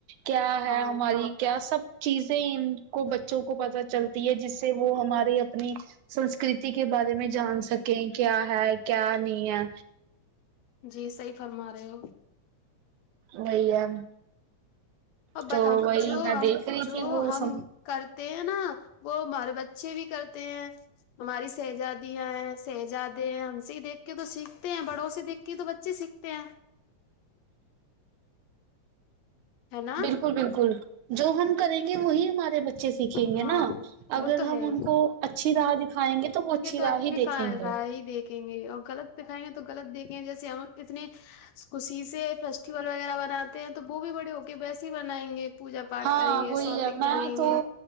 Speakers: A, on the right; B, on the left.
A: کیا ہے
B: ہاں
A: ہماری کیا سب چیزیں ان کو بچوں کو پتہ چلتی ہے جس سے وہ ہماری اپنی سنسکرتی کے بارے میں جان سکیں کیا ہے کیا نہیں ہے
B: جی صحیح فرما رہے ہو
A: وہی ہے
B: اور
A: تو
B: ہم
A: وہی
B: جو
A: میں
B: ہم
A: دیکھ رہی
B: جو
A: تھی وہ
B: ہم
A: س
B: کرتے ہیں نا وہ ہمارے بچے بھی کرتے ہیں ہماری شہزادیاں ہیں شہزادے ہیں ہم سے ہی دیکھ کے تو سیکھتے ہیں بڑوں سے دیکھ کے کہ تو بچے سیکھتے ہیں ہے نا
A: بالکل بالکل جو ہم کریں گے وہی ہمارے بچے سیکھیں گے
B: ہاں
A: نا اگر
B: وہ تو
A: ہم
B: ہے ہی
A: ان کو اچھی راہ د کھائیں گے تو وہ اچھی
B: اچھے
A: راہ ہی دیکھیں
B: کا
A: گے
B: راہ ہی دیکھیں گے اور غلط دکھائیں گے تو غلط دیکیں گے جیسے ہم کتنے خوشی سے فیسٹیول وغیرہ بناتے ہیں تو وہ بھی بڑے ہو کے ویسے ہی منائیں گے پوجا پاٹھ
A: ہاں
B: کریں گے
A: وہی
B: شاپنگ
A: ہے میں
B: کریں
A: تو
B: گے